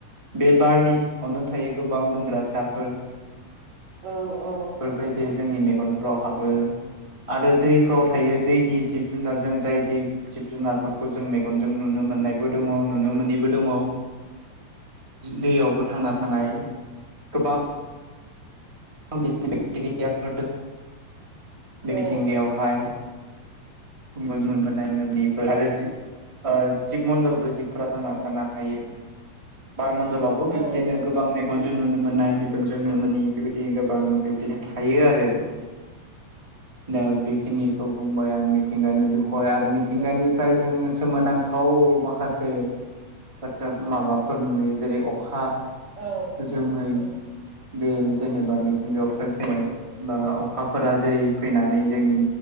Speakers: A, on the right; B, on the right.
A: बे बारनि सिङावनो थायो गोबां गुन्द्रासाफोर
B: औ औ
A: बेफोरबायदि जोंनि मेगनफ्राव हाबो आरो दैफ्राव थायो।
B: औ
A: जोंनि जिब जुनारजों जाय जिब जुनारफोरखौ जों मेगनजों नुनो मोन्नायबो दङ नुनो मोनैबो दङ। दैयावबो थांना थानाय गोबां <unintelligible> दङ बे
B: औ
A: मिथिंगायावहाय <unintelligible> आरो ओ जिब मन्दरबो जिबफोरा थांना थानो हायो बारमण्डलावबो
B: औ
A: बिबदिनो
B: औ
A: गोबां मेगन
B: औ
A: -जों नुनो मोननाय मेगनजों नुनो मोनिनि बेबायदिनो गोबां बिबदिनो थायो आरो दा बेखिनिखौ बुंबाय आं मिथिंगानि बिखय आरो मिथिंगानिफ्राय
B: औ
A: जोङो। सोमोनांथाव माखासे बाथ्रा माबाफोर नुयो जेरै अखा।
B: औ
A: जोमै
B: औ
A: बे जेनेबा मि हिनजावफोर फैनाय बा अखाफोरा
B: औ
A: जेरै फैनानै जोंनि